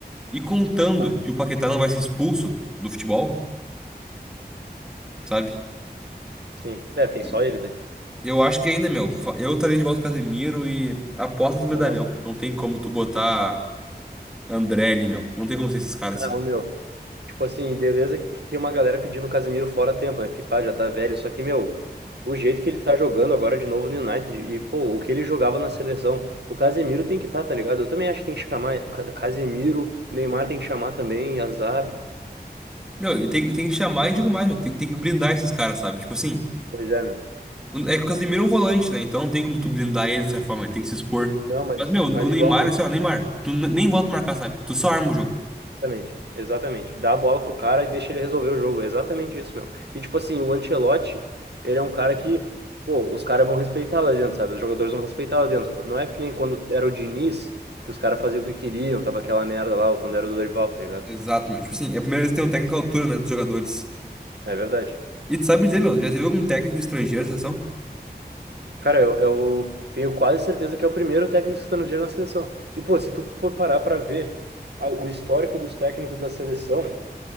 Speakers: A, in the centre; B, on the right.
A: E contando
B: tá.
A: que o Paquetá não vai ser expulso do futebol, sabe?
B: Sim. É, tem
A: E
B: só ele daí.
A: Eu acho que ainda, meu, fa- eu estaria de volta com o Casemiro e aposta nos medalhão.
B: Nossa.
A: Não tem como tu botar André ali, meu. Não tem como ser esses caras
B: Não,
A: assim.
B: meu. Tipo assim, beleza que tem uma galera pedindo o Casemiro fora a tempo, né? Porque, pá, já tá velho. Só que, meu, o jeito que ele tá jogando agora de novo no United e, pô, o que ele jogava na seleção, o Casemiro tem que tá, tá ligado? Eu também acho que tem que chamar Ca- Casemiro, Neymar tem que chamar também, azar.
A: Meu, e tem, tem que chamar e digo mais, meu. Tem, tem que blindar esses caras, sabe? Tipo assim.
B: Pois é, meu.
A: É que o Casemiro é um volante, né? Então não tem como tu blindar ele dessa forma, ele tem que se expor.
B: Não, mas,
A: Mas, meu, o
B: mas
A: Neymar,
B: igual, meu.
A: assim, ó, Neymar, tu n- nem volta a marcar, sabe? Tu só arma o jogo.
B: Exatamente, exatamente. Dá a bola pro cara e deixa ele resolver o jogo. É exatamente isso, meu. E tipo assim, o Ancelotti, ele é um cara que, pô, os caras vão respeitar lá dentro, sabe? Os jogadores vão respeitar lá dentro. Não é que nem quando era o Diniz, que os caras faziam o que queriam, tava aquela merda lá, ou quando era o Dorival, tá ligado?
A: Exato, meu. Tipo assim, é a primeira vez que tem um técnico à altura, né, dos jogadores.
B: É verdade.
A: E tu sabe dizer, meu, já teve algum técnico estrangeiro na seleção?
B: Cara, eu, eu tenho quase certeza que é o primeiro técnico estrangeiro na seleção. E, pô, se tu for parar pra ver a- o histórico dos técnicos da seleção,